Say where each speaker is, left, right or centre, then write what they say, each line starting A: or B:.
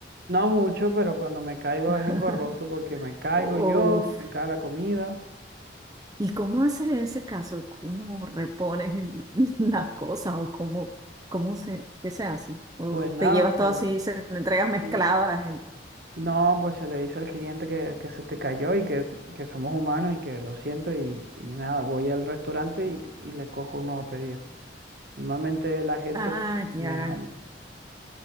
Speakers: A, on the right; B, on the right.
A: No mucho, pero cuando me caigo
B: <laughs>
A: es engorroso porque me caigo
B: Uf,
A: yo, se me cae la comida.
B: ¿Y cómo haces en ese caso? ¿Cómo repones el- <laughs> las cosas o cómo, cómo se, qué se hace? ¿O
A: Pues nada,
B: te llevas
A: se,
B: todo así y se lo entregas mezclado
A: y-
B: a la gente?
A: no, pues se le dice al cliente que, que se te cayó y que, que somos humanos y que lo siento y, y nada, voy al restaurante y, y le cojo un nuevo pedido. Normalmente la gente
B: Ah,
A: es es muy
B: ya.
A: amable.